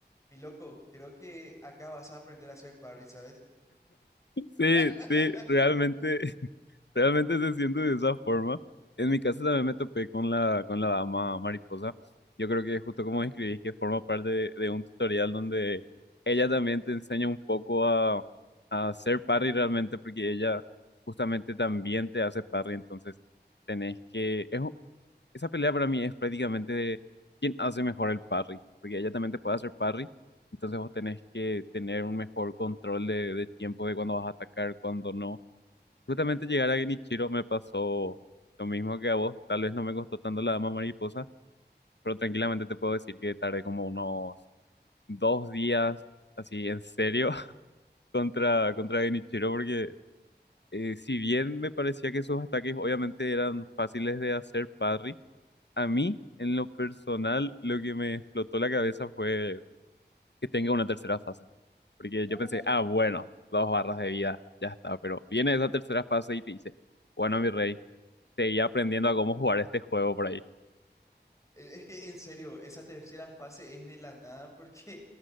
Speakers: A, on the left; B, on the left.
A: mi loco, creo que acá vas a aprender a hacer parry, ¿sabes?
B: Sí,
A: <laughs>
B: sí, realmente Realmente se siente de esa forma. En mi caso también me topé con la, con la dama mariposa. Yo creo que justo como describís, que forma parte de, de un tutorial donde ella también te enseña un poco a, a hacer parry realmente, porque ella justamente también te hace parry. Entonces, tenés que... es un- esa pelea para mí es prácticamente de quién hace mejor el parry, porque ella también te puede hacer parry. Entonces, vos tenés que tener un mejor control de, de tiempo de cuándo vas a atacar, cuándo no Justamente llegar a Genichiro me pasó lo mismo que a vos. Tal vez no me costó tanto la dama mariposa, pero tranquilamente te puedo decir que tardé como unos dos días, así en serio, <laughs> contra, contra Genichiro, porque eh, si bien me parecía que sus ataques obviamente eran fáciles de hacer parry, a mí, en lo personal, lo que me explotó la cabeza fue que tenga una tercera fase. Porque
A: Uh,
B: yo pensé, ah, bueno, dos barras de vida, ya está, pero viene esa tercera fase y te dice, bueno, mi rey. seguía aprendiendo a cómo jugar este juego por ahí.
A: e- es que en serio, esa tercera fase es de la nada porque